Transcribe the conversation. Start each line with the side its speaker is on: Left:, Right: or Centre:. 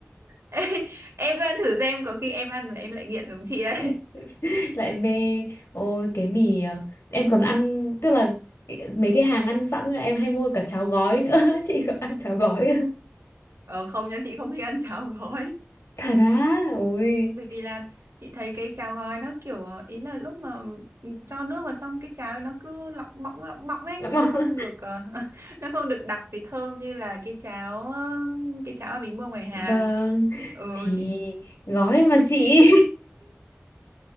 Right: Ê, em cứ ăn thử xem có khi em ăn rồi em lại nghiện giống chị
Left: <laughs>
Right: đấy
Left: lại mê ôi cái mì ờ, em còn ăn tức là cái- mấy cái hàng ăn sẵn là em hay mua cả cháo gói nữa <laughs> chị có ăn cháo gói không
Right: ờ không nha chị không thích ăn cháo gói
Left: thà đá ôi
Right: bởi vì là chị thấy cái cháo gói nó kiểu ờ, ý là lúc mà ừ, cho nước vào xong cái cháo ấy nó cứ lỏng bọng lỏng bọng ấy
Left: lắm
Right: nó
Left: không?
Right: không được ờ, <laughs> nó không được đặc với thơm như là cái cháo ờ, cái cháo mà mình mua ngoài hàng
Left: vâng
Right: ừ
Left: thì
Right: chị
Left: gói mà chị